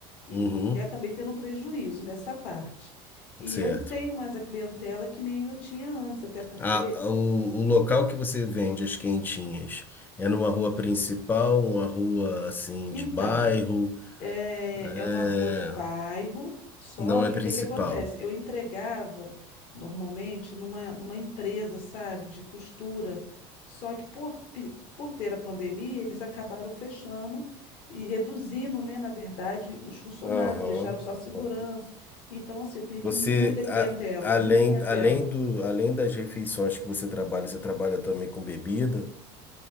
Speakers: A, on the left; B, on the left.
A: E
B: Uhum.
A: acabei tendo um prejuízo nessa parte. E
B: Certo.
A: eu não tenho mais a clientela que nem eu tinha antes, até porque.
B: A, a- o, o local que você vende as quentinhas é numa rua principal, uma rua assim
A: Então,
B: de bairro?
A: É,
B: É,
A: é uma rua de bairro, só
B: Não
A: que
B: é principal.
A: o que que acontece? Eu entregava normalmente numa, numa empresa, sabe, de costura. Só que por, pi- por ter a pandemia, eles acabaram fechando e reduzindo, né, na verdade, os funcionários,
B: Aham.
A: deixaram só a segurança.
B: Aham.
A: Então, assim, eu perdi
B: Você,
A: muita clientela,
B: a- além,
A: muita clientela.
B: além do, além das refeições que você trabalha, você trabalha também com bebida?